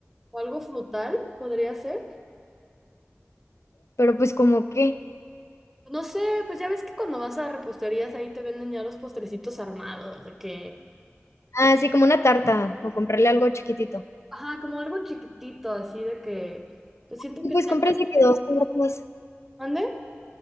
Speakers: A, in the centre; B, on the left.
A: o algo frutal podría ser.
B: pero pues como que,
A: No sé, pues ya ves que cuando vas a reposterías ahí te venden ya los postrecitos armados, de que...
B: ah, sí, como una tarta o comprarle algo chiquitito.
A: Ajá, como algo chiquitito, así de que... Pues siento
B: Y
A: que
B: pues
A: estaría...
B: compras de que dos tartas,
A: ¿Mande?